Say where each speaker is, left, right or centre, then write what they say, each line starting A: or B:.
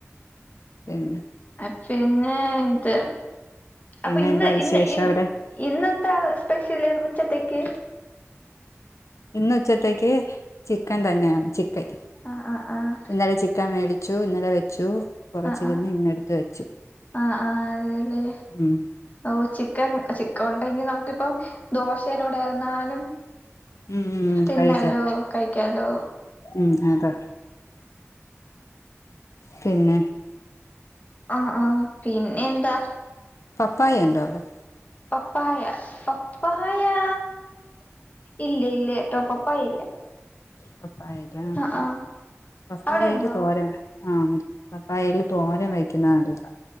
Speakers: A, on the left (about 85°); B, on the left (about 30°).
A: പിന്നെ
B: അപ്പിന്നെ ഇത് അപ്പൊ
A: പിന്നെ
B: ഇന്ന്
A: എന്താ വിശേഷം
B: ഇന്ന് ഇന്ന്
A: അവിടെ
B: ഇന്നെന്താ സ്പെഷ്യല് ഉച്ചത്തേക്ക്
A: ഇന്ന് ഉച്ചത്തേക്ക് ചിക്കൻ തന്നെയാണ് ചിക്കൻ
B: ആഹ് ആഹ് ആഹ്
A: ഇന്നലെ ചിക്ക് ക്കൻ മേടിച്ചു ഇന്നലെ വെച്ചു. കുറച്ചിരുന്ന്
B: ആ ആ
A: ഇന്നെടുത്ത് വെച്ചു
B: ആ ആ അതേല്ലേ
A: ഉം
B: ഓ ചിക്ക് ക്കൻ ചിക്കൻ ഒണ്ടെങ്കി നമക്കിപ്പം ദോശേടെ കൂടെയാന്നാലും.
A: ഉം ഉം ഉം
B: തിന്നാലോ
A: കഴിക്കാം
B: കഴിക്കാലോ.
A: ഉം അതെ പിന്നെ
B: ആ ആ പിന്നെ എന്താ
A: പപ്പായയൊണ്ടോ അവിടെ
B: പപ്പായ പപ്പായാ ഇല്ല ഇല്ലാട്ടോ പപ്പായ ഇല്ല.
A: പപ്പായയിലാ
B: ആഹ് ആഹ്
A: പപ്പായയില
B: അവിടെ ഉണ്ടോ
A: തോരൻ. ആഹ് പപ്പായയില തോരൻ വെയ്ക്കുന്നതാ നല്ലത്.